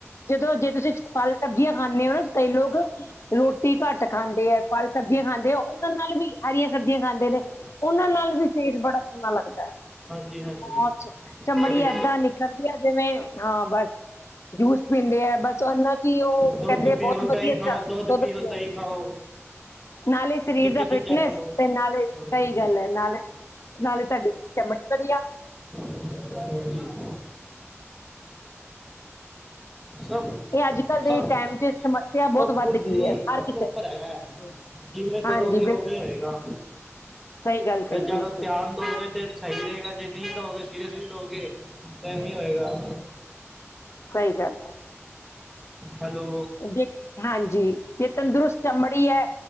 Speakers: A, on the left; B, in the centre.
A: ਜਦੋਂ ਜੇ ਤੁਸੀਂ ਫਲ ਸਬਜ਼ੀਆਂ ਖਾਂਦੇ ਹੋ ਨਾ ਕਈ ਲੋਕ। ਰੋਟੀ ਘੱਟ ਖਾਂਦੇ ਹੈ ਫ਼ਲ ਸਬਜ਼ੀਆਂ ਖਾਂਦੇ ਆ ਉਹਨਾਂ ਨਾਲ ਵੀ, ਹਰੀਆਂ ਸਬਜ਼ੀਆਂ ਖਾਂਦੇ ਨੇ ਉਹਨਾਂ ਨਾਲ ਵੀ। ਫੇਸ ਬੜਾ ਸੋਹਣਾ ਲੱਗਦਾ ਹੈ।
B: ਹਾਂਜੀ
A: ਬਹੁਤ ਚਮੜੀ
B: ਸਾਰੇ।
A: ਏਦਾਂ ਨਿਕਲਦੀ ਆ ਜਿਵੇਂ ਹਾਂ ਬਸ ਜੂਸ ਪੀਂਦੇ ਆ, ਬਸ ਉਹਨਾਂ ਕਿ ਉਹ ਕਹਿੰਦੇ
B: ਦੁੱਧ ਪੀਓ
A: ਬਹੁਤ
B: ਦਹੀਂ
A: ਵਧੀਆ
B: ਖਾਓ
A: ਚਾਹ, ਦੁੱਧ ਪੀਓ।
B: ਦਹੀਂ ਖਾਓ
A: ਨਾਲੇ ਸਰੀਰ
B: ਚਿੱਟੀ
A: ਦਾ
B: ਚੀਜ਼ਾਂ
A: ਫਿਟਨੈਸ
B: ਖਾਓ
A: ਤੇ ਨਾਲੇ ਸਹੀ
B: ਹਾਂਜੀ
A: ਗੱਲ ਐ, ਨਾਲੇ ਨਾਲੇ ਤੁਹਾਡੀ ਚਮਟ ਵਧੀਆ।
B: <unintelligible> ਸਭ
A: ਇਹ ਅੱਜ -ਕੱਲ੍ਹ ਦੇ
B: ਸਭ
A: ਟਾਈਮ ਚ ਇਸਤੇਮਾਲ ਸਿਆ ਬਹੁਤ
B: ਸਭ
A: ਵੱਧ
B: ਕੁਝ
A: ਗਈ
B: ਹੀ
A: ਐ ਹਰ
B: ਆਪਣੇ
A: ਕਿਸੇ
B: ਉੱਪਰ
A: ਚ,
B: ਹੈਗਾ ਹੈ। ਜਿਵੇਂ ਕਰੋਗੇ
A: ਹਾਂਜੀ ਬਿਲਕੁਲ
B: ਉਵੇਂ
A: <inaudible>
B: ਹੀ ਹੋਏਗਾ
A: ਕਹੀ
B: ਜੇ ਜ਼ਿਆਦਾ
A: ਬਿਲਕੁਲ
B: ਧਿਆਨ ਦਓਗੇ ਤੇ ਸਹੀ ਰਹੇਗਾ, ਜੇ ਨਹੀਂ ਦਓਗੇ ਸੀਰੀਅਸ ਨੀ ਲਓਗੇ, ਤਾਂ ਐਵੀਂ ਹੋਏਗਾ।
A: ਸਹੀ ਗੱਲ ਐ।
B: ਹੈਲੋ
A: ਜੇ ਹਾਂਜੀ ਜੇ ਤੰਦਰੁਸਤ ਚਮੜੀ ਐ